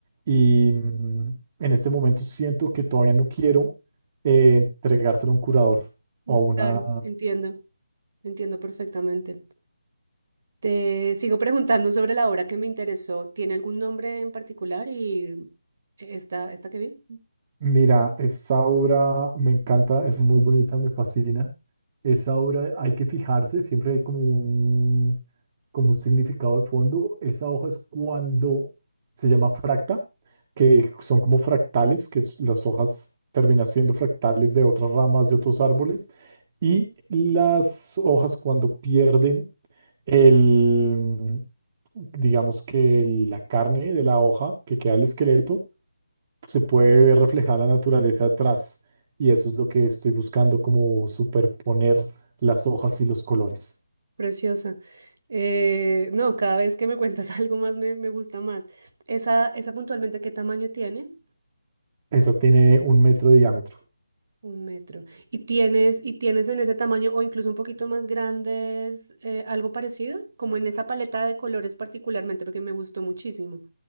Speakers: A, on the right; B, on the right.
A: y mm, en este momento siento que todavía no quiero eh, entregárselo a un curador
B: Mm,
A: o a una,
B: Claro, entiendo, entiendo perfectamente. Te sigo preguntando sobre la obra que me interesó. ¿Tiene algún nombre en particular y esta, esta que vi?
A: Mira, esa obra me encanta, es muy bonita, me fascina. Esa obra hay que fijarse, siempre hay como un, como un significado de fondo. Esa hoja es cuando se llama fracta, que son como fractales, que es- las hojas terminan siendo fractales de otras ramas, de otros árboles. Y las hojas cuando pierden el, digamos que la carne de la hoja, que queda el esqueleto se puede ver reflejada la naturaleza atrás y eso es lo que estoy buscando como superponer las hojas y los colores.
B: Preciosa. Eh, no, cada vez que me cuentas <laughs> algo más me, me gusta más. Esa, esa puntualmente, ¿qué tamaño tiene?
A: Esa tiene un metro de diámetro.
B: Un metro. ¿Y tienes, y tienes en ese tamaño o incluso un poquito más grandes eh, algo parecido? Como en esa paleta de colores particularmente, porque me gustó muchísimo.